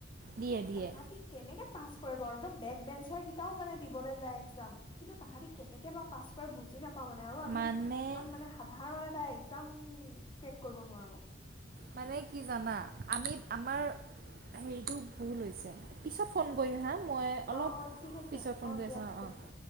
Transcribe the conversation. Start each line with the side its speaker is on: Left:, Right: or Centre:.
Right: দিয়ে দিয়ে
Left: তাহাঁতি কেনেকে পাছ। একে বেক বেঞ্চৰ মানে দিবলৈ যায় একযাম কিন্তু তাহতি কেনেকে বা পাছ কৰে বুজি নাপাওঁ। পা মানে আৰু আমি
Right: মানে
Left: ইমান মানে সাধাৰণে। একযাম ট্ৰেক কৰিব নোৱাৰো।
Right: মানে কি জানা আমি আমাৰ হেৰিটো ভুল হৈছে পিছত ফোন কৰিম হা। মই অলপ
Left: অ অ ঠিক আছে
Right: পিছত ফোন
Left: অ
Right: কৰি
Left: দিয়া
Right: আছোঁ
Left: ঠিক
Right: অঁ অঁ
Left: আছে।